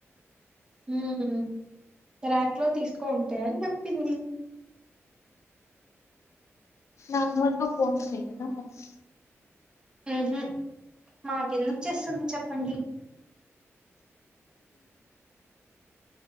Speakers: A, on the right (about 15°); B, on the left (about 75°).
A: హుమ్ హు రాక్ లో తీసుకో ఉంటాయని చెప్పింది
B: నా నోట్లో పోయింటాయ్ కదా మొత్తం
A: హు హు మాకు ఎందుకు చేస్తుంది చెప్పండి